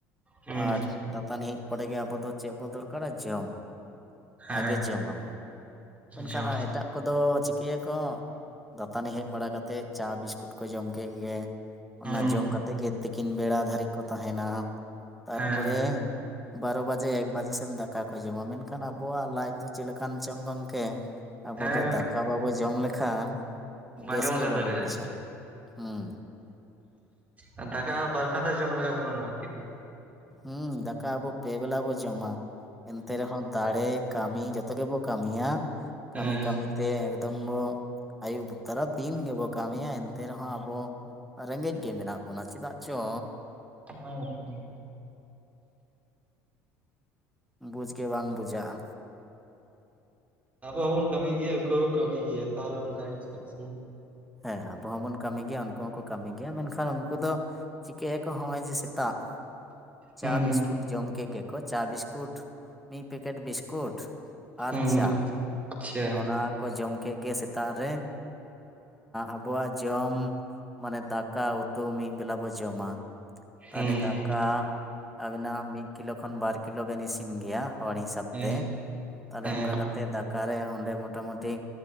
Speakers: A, on the right; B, in the centre.
A: ᱦᱩᱸ
B: ᱟᱨ ᱫᱟᱹᱛᱟᱹᱱᱤ ᱦᱮᱡ ᱯᱚᱨᱮ ᱜᱮ ᱟᱵᱚ ᱫᱚ ᱪᱮᱫ ᱵᱚ ᱫᱚᱨᱠᱟᱨ ᱟ ᱡᱚᱢ
A: ᱦᱮᱸ
B: ᱟᱜᱮ ᱡᱚᱢ ᱟᱵᱚ ᱢᱮᱱᱠᱷᱟᱱ
A: ᱡᱚᱢ
B: ᱮᱴᱟᱜ ᱠᱚᱫᱚ ᱪᱤᱠᱟᱹᱭᱟᱠᱚ ᱫᱟᱹᱛᱟᱹᱱᱤ ᱦᱮᱡ ᱵᱟᱲᱟ ᱠᱟᱛᱮ ᱪᱟ ᱵᱤᱥᱠᱩᱴ ᱠᱚ ᱡᱚᱢ ᱠᱮᱫ ᱜᱮ
A: ᱦᱩᱸ
B: ᱚᱱᱟ ᱡᱚᱢ ᱠᱟᱛᱮᱫ ᱜᱮ ᱛᱤᱠᱤᱱ ᱵᱮᱲᱟ ᱫᱷᱟᱹᱨᱤᱡ ᱠᱚ ᱛᱟᱦᱮᱱᱟ ᱛᱟᱨᱯᱚᱨᱮ
A: ᱦᱮᱸ
B: ᱵᱟᱨᱚ ᱵᱟᱡᱮ ᱮᱠ ᱵᱟᱡᱮ ᱥᱮᱱ ᱫᱟᱠᱟ ᱠᱚ ᱡᱚᱢ ᱟ ᱢᱮᱱᱠᱷᱟᱱ ᱟᱵᱚᱣᱼᱟᱜ ᱞᱟᱡ ᱫᱚ ᱪᱮᱫ ᱞᱮᱠᱟᱱ ᱪᱚᱝ ᱜᱚᱝᱠᱮ ᱟᱵᱚ
A: ᱦᱮᱸ
B: ᱫᱚ ᱫᱟᱠᱟ ᱵᱟᱵᱚ ᱡᱚᱢ ᱞᱮᱠᱷᱟᱱ
A: ᱵᱟᱝᱵᱟᱱ
B: ᱵᱮᱥ ᱜᱮ
A: ᱛᱟᱸᱦᱮ
B: ᱵᱟᱵᱚ
A: ᱫᱟᱲᱮᱭᱟᱜᱼᱟ
B: ᱵᱩᱡᱷᱟᱹᱣᱟ ᱦᱩᱸ
A: ᱦᱮᱸ ᱫᱟᱠᱟ ᱦᱚᱸ ᱵᱟᱨ ᱯᱮ ᱫᱷᱟᱣ ᱡᱚᱢᱟ ᱞᱟᱜᱟᱣ ᱵᱟᱱᱟ
B: ᱦᱩᱸ ᱫᱟᱠᱟ ᱟᱵᱚ ᱯᱮ ᱵᱮᱞᱟ ᱵᱚ ᱡᱚᱢ ᱟ ᱮᱱᱛᱮ ᱨᱮᱦᱚᱸ ᱫᱟᱲᱮ ᱠᱟᱹᱢᱤ ᱡᱚᱛᱚ ᱜᱮᱵᱚ ᱠᱟᱹᱢᱤᱭᱟ ᱠᱟᱹᱢᱤ
A: ᱦᱮᱸ
B: ᱠᱟᱹᱢᱤ ᱛᱮᱱᱯ ᱮᱠᱫᱚᱢ ᱵᱚ ᱟᱹᱭᱩᱵ ᱛᱚᱨᱟ ᱫᱤᱱ ᱜᱮᱵᱚ ᱠᱟᱹᱢᱤᱭᱟ ᱮᱱᱛᱮ ᱨᱮᱦᱚᱸ ᱟᱵᱚ᱾ ᱨᱮᱸᱜᱮᱡ ᱜᱮ ᱢᱮᱱᱟᱜ ᱵᱚᱱᱟ ᱪᱮᱫᱟᱜ ᱪᱚ᱾
A: ᱦᱳᱭ ᱜᱚᱝᱠᱮ᱾
B: ᱵᱩᱡᱽ ᱜᱮ ᱵᱟᱝ ᱵᱩᱡᱷᱟᱹᱜᱼᱟ᱾
A: ᱟᱵᱚ ᱦᱚᱸᱵᱚᱱ ᱠᱟᱹᱢᱤ ᱜᱮᱭᱟ ᱩᱱᱠᱩ ᱦᱚᱸᱠᱚ ᱠᱟᱹᱢᱤ ᱜᱮᱭᱟ ᱛᱟᱨ ᱚᱱᱠᱟ ᱜᱮ ᱪᱮᱫᱟᱜ ᱥᱮ?
B: ᱦᱮᱸ ᱟᱵᱚ ᱦᱚᱸᱵᱚᱱ ᱠᱟᱹᱢᱤ ᱜᱮᱭᱟ ᱩᱱᱠᱩ ᱦᱚᱸᱠᱚ ᱠᱟᱹᱢᱤ ᱜᱮᱭᱟ ᱢᱮᱱᱠᱷᱟᱱ ᱩᱱᱠᱩ ᱫᱚ ᱪᱤᱠᱟᱹᱭ ᱟᱠᱚ ᱦᱚᱸᱜᱼᱚᱭ ᱡᱮ ᱥᱮᱛᱟᱜ᱾ ᱪᱟ
A: ᱦᱩᱸ
B: ᱵᱤᱥᱠᱩᱴ ᱡᱚᱢ ᱠᱮᱜ ᱜᱮᱠᱚ ᱪᱟ ᱵᱤᱥᱠᱩᱴ ᱢᱤᱫ ᱯᱮᱠᱮᱴ ᱵᱤᱥᱠᱩᱴ᱾ ᱟᱨ
A: ᱦᱩᱸ
B: ᱪᱟ
A: ᱟᱪᱪᱷᱟ
B: ᱚᱱᱟ ᱠᱚ ᱡᱚᱢ ᱠᱮᱜ ᱜᱮ ᱥᱮᱛᱟᱜ ᱨᱮ᱾ ᱟᱵᱚᱣᱼᱟᱜ ᱡᱚᱢ ᱢᱟᱱᱮ ᱫᱟᱠᱟ ᱩᱛᱩ ᱢᱤᱫ ᱵᱮᱞᱟ ᱵᱚ ᱡᱚᱢ ᱟ᱾ ᱛᱟᱦᱚᱞᱮ
A: ᱦᱩᱸ
B: ᱫᱟᱠᱟ ᱟᱵᱤᱱᱟᱜ ᱢᱤᱫ ᱠᱤᱞᱳ ᱠᱷᱚᱱ ᱵᱟᱨ ᱠᱤᱞᱳ ᱵᱮᱱ ᱤᱥᱤᱱ ᱜᱮᱭᱟ ᱦᱚᱲ ᱦᱤᱥᱟᱹᱵ᱾
A: ᱦᱮᱸ
B: ᱛᱮ ᱛᱟᱞᱦᱮ
A: ᱦᱮᱸ
B: ᱚᱱᱠᱟ
A: ᱦᱮᱸ
B: ᱠᱟᱛᱮ ᱫᱟᱠᱟ ᱨᱮᱸᱻ ᱚᱸᱰᱮ ᱢᱚᱴᱟᱢᱩᱴᱤ